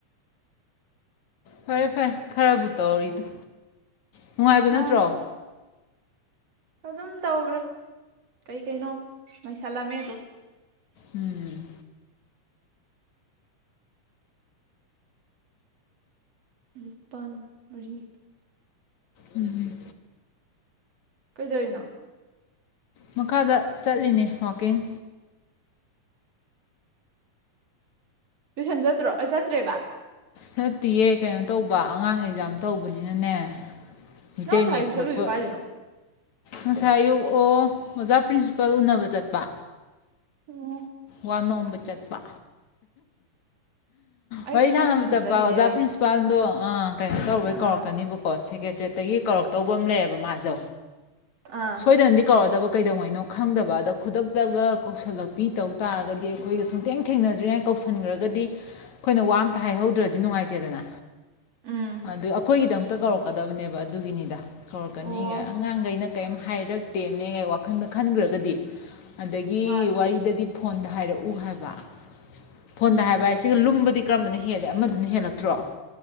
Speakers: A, on the left; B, on the right.
A: ꯐꯔꯦ ꯐꯔꯦ ꯈꯔꯕꯨ ꯎ ꯇ ꯑꯣꯏꯔꯤꯗ ꯅꯨꯡꯉꯥꯏꯕ
B: ꯃꯥꯅꯦ
A: ꯅꯠꯇ꯭ꯔꯣ
B: ꯑꯗꯨꯝ ꯇꯧꯈ꯭ꯔꯦ ꯀꯩꯀꯩꯅꯣ ꯃꯩꯁꯜꯂꯝꯃꯦꯗꯣ
A: ꯎꯝ
B: ꯅꯤꯄꯥꯜ ꯃꯔꯤ
A: ꯎꯝ
B: ꯀꯩꯗꯧꯅꯣ
A: ꯃꯈꯥꯗ ꯆꯠꯂꯤꯅꯦ ꯋꯀꯤꯡ
B: ꯇꯨꯏꯁꯟ ꯆꯠꯇ꯭ꯔꯣ ꯑꯩ ꯆꯠꯇ꯭ꯔꯦꯕ
A: ꯅꯠꯇꯦꯌꯦ ꯀꯩꯅꯣ ꯇꯧꯕ ꯑꯉꯥꯡ ꯑꯦꯛꯖꯥꯝ ꯇꯧꯕꯅꯤꯅꯅꯦ ꯃꯤꯇꯩ
B: ꯅꯪ ꯉꯁꯥꯏ
A: ꯃꯌꯦꯛ
B: ꯑꯌꯨꯛ
A: ꯊꯣꯛꯄ
B: ꯆꯠꯂꯨꯏꯗꯣ ꯀꯥꯏꯗꯅꯣ
A: ꯉꯁꯥꯏ ꯑꯌꯨꯣꯛ ꯑꯣ ꯑꯣꯖꯥ ꯄ꯭ꯔꯤꯟꯁꯤꯄꯥꯜ ꯎꯅꯕ ꯆꯠꯄ
B: ꯎꯝ
A: ꯋꯥꯅꯣꯝꯕ ꯆꯠꯄ
B: ꯑꯩꯗꯤ
A: ꯋꯥꯔꯤ ꯁꯥꯟꯅꯕ
B: ꯅꯪ ꯇꯨꯏꯁꯟ
A: ꯆꯠꯄ
B: ꯆꯠꯂꯤꯅꯦ
A: ꯑꯣꯖꯥ
B: ꯂꯩꯅꯤ
A: ꯄ꯭ꯔꯤꯟꯁꯤꯄꯥꯜꯗꯣ ꯑꯥ ꯀꯩꯅꯣ ꯇꯧꯕꯩ
B: ꯑꯥ
A: ꯀꯧꯔꯛꯀꯅꯤꯕꯀꯣ ꯁꯦꯀ꯭ꯔꯦꯇꯔꯤꯌꯦꯠꯇꯒꯤ ꯀꯧꯔꯛꯇꯧꯕ ꯑꯃ ꯂꯩꯌꯦꯕ ꯃꯥꯁꯣ
B: ꯑꯥ
A: ꯁꯣꯏꯗꯅꯗꯤ ꯀꯧꯔꯗꯕ ꯀꯩꯗꯧꯉꯩꯅꯣ ꯈꯪꯗꯕ ꯑꯗ ꯈꯨꯗꯛꯇꯒ ꯀꯧꯁꯜꯂꯛꯄꯤ ꯇꯧ ꯇꯥꯔꯒꯗꯤ ꯑꯩꯈꯣꯏꯒ ꯁꯨꯡꯊꯦꯡ ꯊꯦꯡꯅꯗ꯭ꯔꯤꯉꯩ ꯀꯧꯁꯤꯟꯈ꯭ꯔꯒꯗꯤ ꯑꯩꯈꯣꯏꯅ ꯋꯥ ꯑꯝꯇ ꯍꯥꯏꯍꯧꯗ꯭ꯔꯗꯤ ꯅꯨꯡꯉꯥꯏꯇꯦꯗꯅ
B: ꯎꯝ
A: ꯑꯗꯨ ꯑꯩꯈꯣꯏꯒꯤꯗ ꯑꯝꯛꯇ ꯀꯧꯔꯛꯀꯗꯕꯅꯦꯕ ꯑꯗꯨꯒꯤꯅꯤꯗ ꯀꯧꯔꯛꯀꯅꯤꯒ
B: ꯑꯣ
A: ꯑꯉꯥꯡꯈꯩꯩꯅ ꯀꯩꯝ ꯍꯥꯏꯔꯛꯇꯦꯅꯦꯒ ꯋꯥꯈꯜꯗ ꯈꯟꯈ꯭ꯔꯒꯗꯤ ꯑꯗꯒꯤ
B: ꯃꯥꯅꯦ
A: ꯋꯥꯔꯤꯗꯗꯤ ꯐꯣꯟꯗ ꯍꯥꯏꯔꯛꯎ ꯍꯥꯏꯕ ꯐꯣꯟꯗ
B: ꯎꯝ
A: ꯍꯥꯏꯕ ꯍꯥꯏ ꯁꯤꯒ ꯂꯨꯝꯕꯗꯤ ꯀꯔꯝꯕꯅ ꯍꯦꯜꯂꯦ ꯑꯃꯗꯅ ꯍꯦꯜꯂꯛꯇ꯭ꯔꯣ